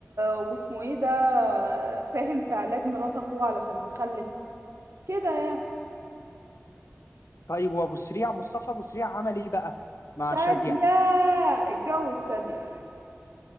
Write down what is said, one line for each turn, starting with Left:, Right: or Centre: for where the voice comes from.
Right: واسمه ايه ده ساهم في علاج مرات اخوه علشان تخلف كده يعني
Left: طيب وابو سريع مصطفى ابو سريع عمل ايه بقى مع
Right: شادية
Left: شاديه
Right: اتجوز شادية